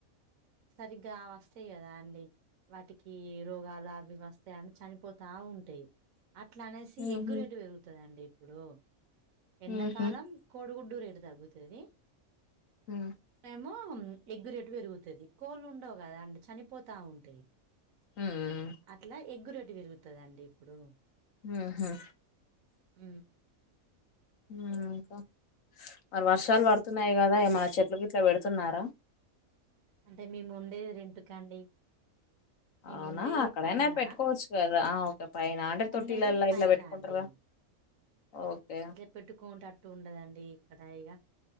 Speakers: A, on the right; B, on the left.
A: సరిగ్గా అవి వస్తయి గదా అండి. వాటికి రోగాల అవి వస్తాయని చనిపోతా ఉంటాయి. అట్లా అనేసి
B: ఉహు
A: ఎగ్గురేటు పెరుగుతండీ ఇప్పుడు ఎండాకాలం
B: ఉహు
A: కోడుగుడ్డు రేటు తగ్గుతది
B: ఉమ్
A: మేము ఎగ్గురేటు పెరుగుతది కోళ్ళు ఉండవు. కదా అండి చనిపోతా ఉంటాయి.
B: ఉమ్
A: అట్లా ఎగ్గు రేటు పెరుగుతదండి ఇప్పుడు.
B: ఊ ఉ
A: ఊ
B: ఊ ఇంకా మరి వర్షాలు బడుతున్నాయి గదా ఏమనా చెట్లు గిట్ల బెడుతున్నారా!
A: అంటే మీ ముండేది రెంటుకండి మీముండేది
B: అవునా అక్కడైనా
A: పైన
B: పెట్టుకోవచ్చు కదా ఓక పైన అంటే తొట్టి
A: ఉండేది
B: లలా
A: పైన
B: ఇట్లా పెట్టుకుంటార
A: అండి
B: కదా ఓకే
A: పెట్టుకుంటట్టు ఉండదండి ఇక్కడ ఇగ